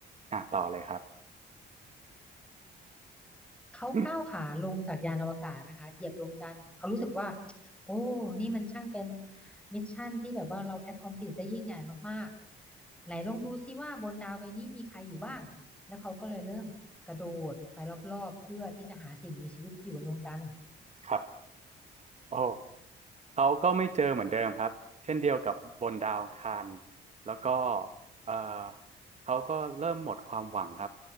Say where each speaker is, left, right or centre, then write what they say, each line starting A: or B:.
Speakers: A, on the right (about 35°); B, in the centre.
A: อ่ะต่อเลยครับ
B: เขาก้าวขาลงจากยานอวกาศนะคะเหยียบดวงจันทร์เขารู้สึกว่า
A: <coughs>
B: โอ้นี่มันช่างเป็นมิชชั่นที่แบบว่าเรา accomplish ได้ยิ่งใหญ่มากๆไหนลองดูซิว่าบนดาวใบนี้มีใครอยู่บ้างแล้วเขาก็เลยเริ่มกระโดดไปรอบๆเพื่อที่จะหาสิ่งมีชีวิตที่อยู่บนดวงจันทร์
A: <laughs> ครับโอ้ เขาก็ไม่เจอเหมือนเดิมครับเช่นเดียวกับบนดาวอังคารแล้วก็เอ่อเขาก็เริ่มหมดความหวังครับ